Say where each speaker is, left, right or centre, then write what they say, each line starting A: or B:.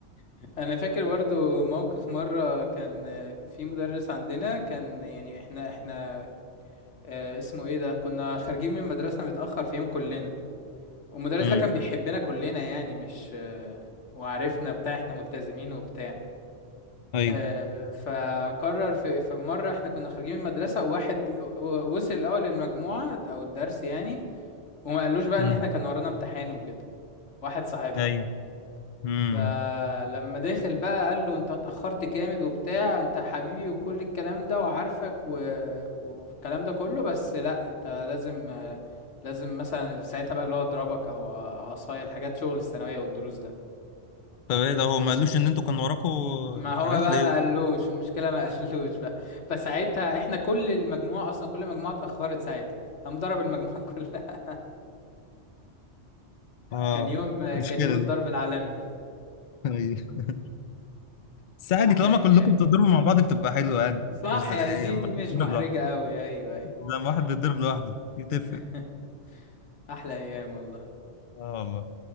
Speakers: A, on the left; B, on the left.
A: <laughs> انا فاكر برضو موقف مرة كان آه، في مدرس عندنا كان يعني احنا احنا آه، اسمه ايه ده كنا خارجين من مدرسة متأخر في يوم كلنا والمدرس
B: أمم.
A: ده كان بيحبنا كلنا يعني مش آه، وعرفنا بتاع احنا ملتزمين وبتاع
B: أيوة
A: آه، فقرر في في مرة احنا كنا خارجين من المدرسة واحد و- وصل الأول للمجموعة أو الدرس يعني وما قالوش بقى
B: أمم.
A: إن احنا كان ورانا امتحان وكده واحد صاحبنا
B: أيوة أمم.
A: فلما داخل بقى قال له انت اتأخرت جامد وبتاع انت حبيبي وكل الكلام ده وعارفك و... والكلام ده كله بس لا انت لازم آه، لازم مثلا ساعتها بقى اللي هو اضربك او عصاية الحاجات شغل الثانوية والدروس ده
B: طب إيه ده هو ما قالوش إن أنتوا كنا وراكوا
A: ما هو
B: حاجات
A: بقى
B: ليه؟
A: ما قالوش المشكله ما <laughs> قالوش بقى فساعتها احنا كل المجموعه اصلا كل المجموعه اتاخرت ساعتها قام ضرب المجموعه <laughs> كلها
B: اه
A: كان يوم
B: مشكلة
A: كان يوم الضرب
B: دي
A: العالمي
B: <laughs> أيوة. بس عادي
A: احلى
B: طالما
A: ايام
B: كلكم بتضربوا مع بعض بتبقى حلوة يعني
A: صح
B: مش زي
A: يعني دي
B: لما
A: دي
B: تتضرب
A: مش محرجه
B: لوحده
A: قوي ايوه ايوه
B: زي لما واحد بيتضرب لوحده دي تفرق
A: <laughs> احلى ايام والله
B: اه والله